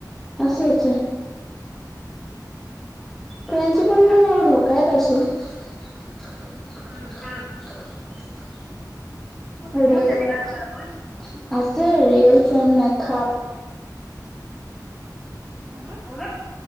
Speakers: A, in the centre; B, on the right (about 25°).
A: আছে। আছে। ফ্ৰেইণ্ডশ্বিপত
B: কোন
A: মই বাৰু ধ'কাই পাইছোঁ। <unintelligible>
B: উম কোন তেনেকা
A: হৰি।
B: তোমাৰ লগৰ
A: <inaudible> আছে ৰিয়েল ফ্ৰেণ্ড। <unintelligible>
B: হ'হু।
A: <unintelligible>